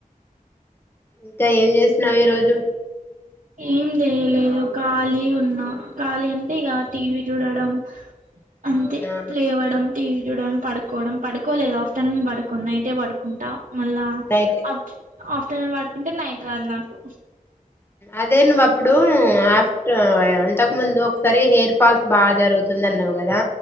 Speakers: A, on the left (about 15°); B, on the right (about 60°).
A: ఇంకా ఏం చేసినావు ఈ రోజు
B: ఏం జేయలే ఇగో ఖాళీ ఉన్న ఖాళీ అంటే ఇగ టీవీ చూడడం అంతే
A: అవునా
B: లేవడం టీవి చూడడం పడుకోవడం పడుకోలేదు ఆఫ్టర్నూన్ పడుకోను నైటే పడుకుంటా మళ్ళా
A: నైటే
B: అప్ ఆఫ్టర్నూన్ పడుకుంటే నైట్ రాదు నాకు
A: అదే నువ్వు అప్పుడు ఆఫ్టర్ ఇంతక ముందు ఒకసారి హెయిర్ ఫాల్ బాగా జరుగుతుంది అన్నావు కదా